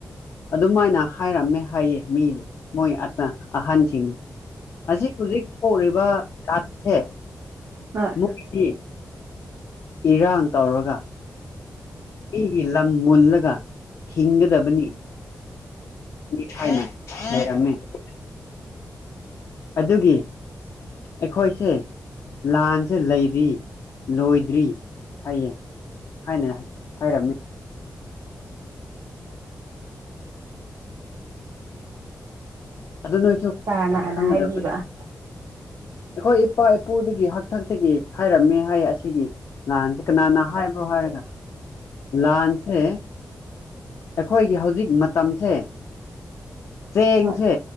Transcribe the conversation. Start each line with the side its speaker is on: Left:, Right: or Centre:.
Left: ꯑꯗꯨꯃꯥꯏꯅ ꯍꯥꯏꯔꯝꯃꯦ ꯍꯥꯏꯌꯦ ꯃꯤꯅ ꯃꯣꯏ ꯑꯆ ꯑꯍꯟꯁꯤꯡꯅ ꯍꯥꯖꯤꯛ ꯔꯤꯛꯁ ꯑꯣꯏꯔꯤꯕ ꯖꯥꯠꯁꯦ
Right: ꯍꯣꯏ
Left: ꯅꯣꯏꯗꯤ ꯏꯔꯥꯡ ꯇꯧꯔꯒ ꯑꯩꯒꯤ ꯂꯝ ꯃꯨꯜꯂꯒ ꯍꯤꯡꯒꯗꯕꯅꯤ <unintelligible> ꯑꯗꯨꯒꯤ ꯑꯩꯈꯣꯏꯁꯦ ꯂꯥꯟꯁꯦ ꯂꯩꯔꯤ ꯂꯣꯏꯗ꯭ꯔꯤ ꯍꯥꯏꯌꯦ ꯍꯥꯏꯅ ꯍꯥꯏꯔꯝꯃꯤ ꯑꯗꯨ ꯅꯣꯏꯁꯨ
Right: ꯀꯅꯥꯅ
Left: ꯈꯪꯒꯗꯕꯅꯤ
Right: ꯍꯥꯏꯕꯤꯕ
Left: ꯑꯩꯈꯣꯏ ꯏꯄꯥ ꯏꯄꯨꯗꯒꯤ ꯍꯛꯊꯛꯇꯒꯤ ꯍꯥꯏꯔꯝꯃꯦ ꯍꯥꯏꯌꯦ ꯑꯁꯤꯒꯤ ꯂꯥꯟꯁꯤ ꯀꯅꯥꯅ ꯍꯥꯏꯕ꯭ꯔꯣ ꯍꯥꯏꯔ ꯂꯥꯟꯁꯦ ꯑꯩꯈꯣꯏꯒꯤ ꯍꯧꯖꯤꯛ ꯃꯇꯝꯁꯦ ꯆꯦꯡꯁꯦ
Right: ꯍꯣꯏ